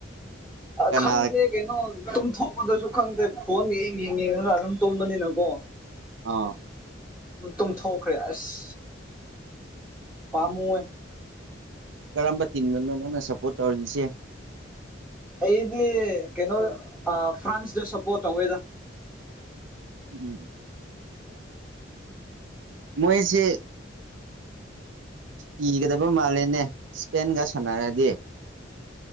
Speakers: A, in the centre; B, on the right.
A: ꯑ
B: ꯀꯅꯥ
A: ꯈꯪꯗ ꯀꯩꯅꯣ ꯇꯨꯝꯊꯣꯛꯄꯗꯁꯨ ꯈꯪꯗꯦ ꯐꯣꯟꯒ ꯍꯡ ꯌꯦꯡꯉꯡꯉꯒ ꯑꯗꯨꯝ ꯇꯨꯝꯕꯅꯤꯅꯀꯣ
B: ꯑꯥ
A: ꯇꯨꯝꯊꯣꯛꯈ꯭ꯔꯦ ꯑꯁ ꯄꯥꯝꯃꯨꯏꯌ‌ꯦ
B: ꯀꯔꯝꯕ ꯇꯤꯝꯅꯣꯅꯣ ꯅꯪꯅ ꯁꯞꯄꯣꯔꯠ ꯇꯧꯔꯤꯁꯦ
A: ꯑꯩꯗꯤ ꯀꯩꯅꯣ ꯐ꯭ꯔꯥꯟꯁꯇ ꯁꯞꯄꯣꯔꯠ ꯇꯧꯋꯦꯗ
B: ꯎꯝ <unintelligible> ꯃꯣꯏꯁꯦ ꯀꯤꯒꯗꯕ ꯃꯥꯜꯂꯦꯅꯦ ꯏꯁꯄꯦꯟꯒ ꯁꯥꯟꯅꯔꯗꯤ